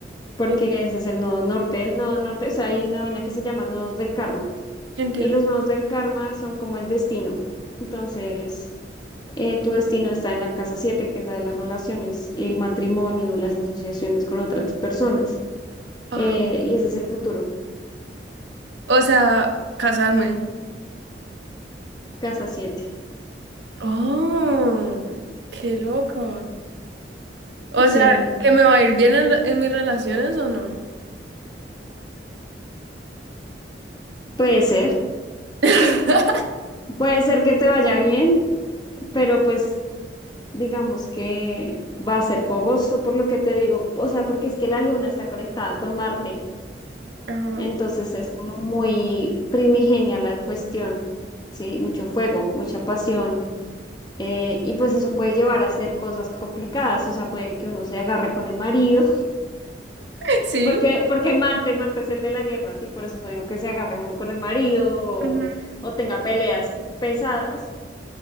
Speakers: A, on the left; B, on the right.
A: porque
B: En-
A: ese es el nodo norte. El nodo norte, o sea, hay una vaina que se llama nodos del karma.
B: Entiendo.
A: Y los nodos del karma son como el destino. Entonces, eh, tu destino está en la casa 7, que es la de las relaciones, el matrimonio, las asociaciones con otras personas.
B: Ajá.
A: eh, y ese es el futuro,
B: O sea, casarme.
A: casa siete
B: ¡Oh, qué loco! O
A: Sí,
B: sea, ¿que me va a ir bien en, la- en mis relaciones o no?
A: puede ser,
B: <laughs>
A: puede ser que te vaya bien, pero pues digamos que va a ser fogoso por lo que te digo, o sea, porque es que la luna está conectada con Marte,
B: Ajá.
A: entonces es como muy primigenia la cuestión, ¿sí? Mucho fuego, mucha pasión, eh, y pues eso puede llevar a hacer cosas complicadas, o sea, puede que uno se agarre con el marido
B: ¿Sí?
A: Porque, porque Marte, Marte es el de la guerra, sí, por eso digo que se agarre uno con el marido o,
B: Ujú.
A: o tenga peleas pesadas,